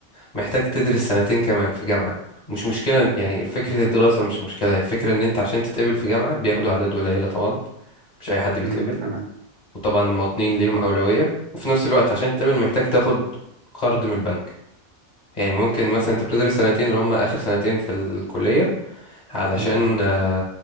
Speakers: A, on the left; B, on the right.
A: محتاج تدرس سنتين كمان في جامعة مش مشكلة يعني فكرة الدراسة مش مشكلة هي الفكرة ان انت عشان تتقبل في جامعة بياخدوا اعداد قليلة طبعا مش اي حد بيتقبل
B: امم تمام
A: وطبعا المواطنين ليهم أولوية وفي نفس الوقت عشان تقبل محتاج تاخد قرض من البنك يعني ممكن مثلا انت بتدرس سنتين اللي هم آخر سنتين في الكلية علشان
B: تمام
A: آه،